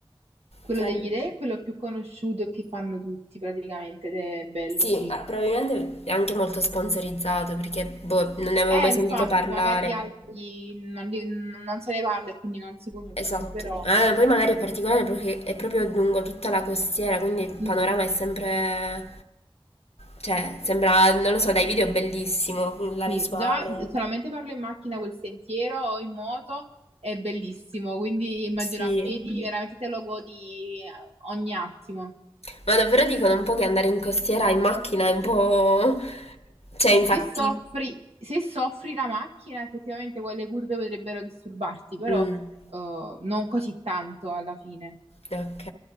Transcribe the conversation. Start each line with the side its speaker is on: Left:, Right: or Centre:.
Right: Quello
Left: Carino.
Right: degli dei è quello più conosciuto che fanno tutti praticamente, ed è bello,
Left: Sì,
Right: sì.
Left: eh, probabilmente è anche molto sponsorizzato perché boh, non ne avevo
Right: Eh,
Left: mai sentito
Right: infatti,
Left: parlare.
Right: magari gli altri non, li- non se ne parla e quindi non si conoscono,
Left: Esatto,
Right: però
Left: Eh, poi magari è particolare perché è proprio lungo tutta la costiera, quindi il panorama
Right: sì,
Left: è sempre, cioè, sembra, non lo so, dai video è bellissimo, la
Right: Sì,
Left: visuale,
Right: già solamente farlo in macchina quel sentiero o in moto è bellissimo, quindi immagino
Left: sì,
Right: a piedi veramente te lo godi ogni attimo.
Left: ma davvero dicono un po' che andare in costiera in macchina è un po', cioè, infatti,
Right: Se soffri, se soffri la macchina, effettivamente quelle curve potrebbero disturbarti, però
Left: Mm,
Right: eh, non così tanto alla fine.
Left: ok,